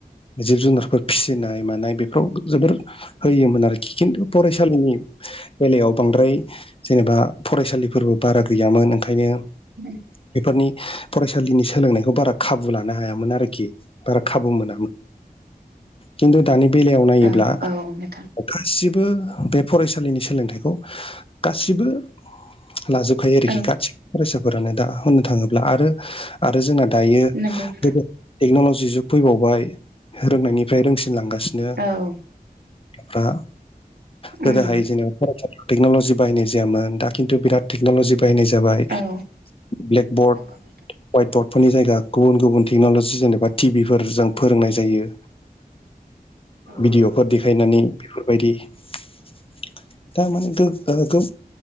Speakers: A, on the left (about 35°); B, on the right (about 85°).
A: जिब जुनारफोर फिसिनाय मानाय बेफोराव जोबोर होयोमोन आरोखि खिन्थु फरायसालिनि बेलायाव बांद्राय जेनेबा फरायसालिफोरबो बारा गैयामोन ओंखायनो
B: <unintelligible>
A: बेफोरनि फरायसालिनि सोलोंनायखौ बारा खाबु खाबु लानो हायामोन आरोखि बारा खाबु मोनामोन। खिन्थु दानि बेलायाव नायोब्ला
B: औ औ नोंथां
A: गासिबो बे फरायसालिनि सोलोंथाइखौ गासिबो लाजोब खायो आरोखि
B: औ
A: गसिबो फरायसाफोरानो दा होननो थाङोब्ला आरो आरो जोंना दायो
B: नंगौ नोंथां।
A: गोदो टेक्न'लजि जुग फैबावबाय रोंनायनिफ्राय रोंसिनलांगासिनो
B: औ
A: फ्रा गोदोहाय
B: उम
A: जेनेबा टेकनलजि बाहायनाय जायामोन दा खिनथु बिराद टेकनलि बाहायनाय जाबाय
B: औ
A: ब्लेक बर्ड
B: नंगौ नोंथां
A: हवाइट बर्डफोरनि जायगा गुबुन गुबुन टेक्न'लजि जेनेबा टिभिफोर जों फोरोंनाय जायो
B: औ
A: भिडिअ'फोर
B: औ
A: देखायनानै बेफोरबायदि <unintelligible>
B: नंगौ
A: गो गो